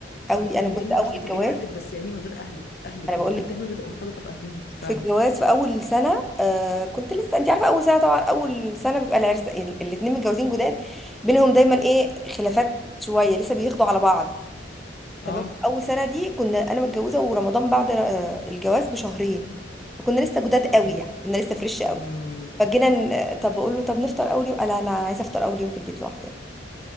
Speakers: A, in the centre; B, on the left.
A: قوي
B: بما
A: انا كنت
B: إنك
A: اول
B: مش بتبقي
A: الجواز
B: لوحدك بس يعني من غير أهلك أهلك
A: انا بقول
B: البنات
A: لك
B: دايما بتبقى مرتبطة بأهلهم
A: في
B: فعلا
A: الجواز في اول سنه آه كنت لسه انت عارفه اول سنه طبعا اول سنه بيبقى العرس يعني الاثنين متجوزين جداد بينهم دايما ايه خلافات شويه لسه بياخدوا على بعض
B: اه
A: تمام اول سنه دي كنا انا متجوزه ورمضان بعد آه، الجواز بشهرين فكنا لسه جداد قوي
B: اه
A: يعني كنا لسه فريش قوي
B: أمم.
A: فجينا ن- طب بقول له طب نفطر اول يوم قال لا لا انا عايزه افطر اول يوم في البيت لوحدي